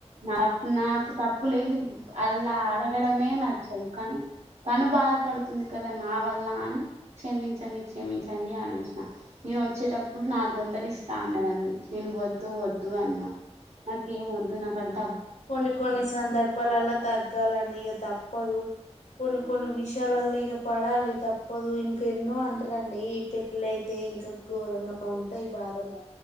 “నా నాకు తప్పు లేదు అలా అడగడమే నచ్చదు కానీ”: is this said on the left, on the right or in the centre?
Right